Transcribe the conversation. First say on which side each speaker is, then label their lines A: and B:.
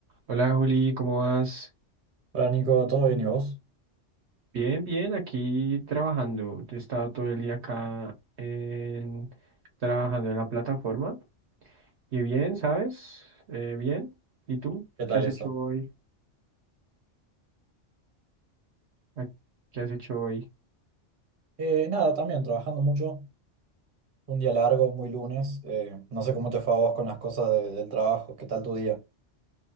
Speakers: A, on the right; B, on the right.
A: Hola Juli, ¿cómo vas?
B: Hola Nico, ¿todo bien y vos?
A: Bien, bien, aquí trabajando. He estado todo el día acá en, trabajando en la plataforma. Y bien, ¿sabes? Eh, bien. ¿Y tú?
B: ¿Qué tal
A: ¿Qué has
B: eso?
A: hecho hoy? ¿A- ¿Qué has hecho hoy?
B: Eh, nada, también trabajando mucho. Un día largo, muy lunes. eh, no sé cómo te fue a vos con las cosas de- del trabajo. ¿Qué tal tu día?